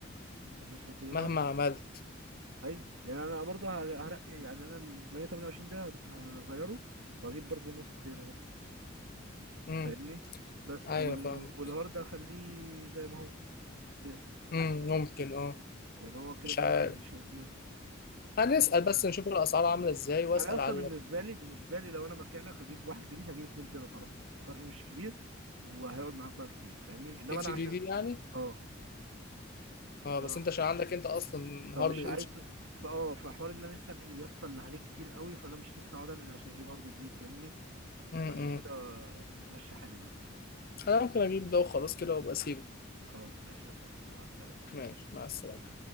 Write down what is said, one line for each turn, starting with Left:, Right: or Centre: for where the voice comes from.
Right: النص تيرا
Left: مهما عملت
Right: ايوه يعني انا برضه هر- هرقي يعني انا ال 128 ده هغيره واجيب برضه نص تير ده
Left: امم
Right: فاهمني بس
Left: ايوه
Right: وال...
Left: فاهم
Right: والهارد هخليه زي ما هو تير
Left: امم ممكن اه
Right: يعني هو كده
Left: مش
Right: كده
Left: عارف
Right: مش هيتملي
Left: هنسال بس نشوف الاسعار عامله ازاي واسال
Right: انا اصلا
Left: على
Right: بالنسبه لي بالنسبه لي لو انا مكانك هجيب واحد جديد هجيب 2 تيرا طبعا الفرق مش كبير وهيقعد معاك بقى كتير فاهمني انما
Left: اتش
Right: انا عشان
Left: دي دي يعني
Right: اه
Left: اه
Right: بصراحه
Left: بس انت عشان عندك انت اصلا
Right: فمش
Left: هارد اتش
Right: عايز فاه فحوار ان انا لسه انقل يا اسطى اللي عليه كتير قوي فانا مش لسه هقعد انقل عشان اجيب هارد جديد فاهمني
Left: امم
Right: فعشان كده ماشي حالي بيه
Left: انا ممكن اجيب ده وخلاص كده وابقى اسيبه
Right: خلاص ماشي يا صاصة مع السلامة
Left: ماشي مع السلامه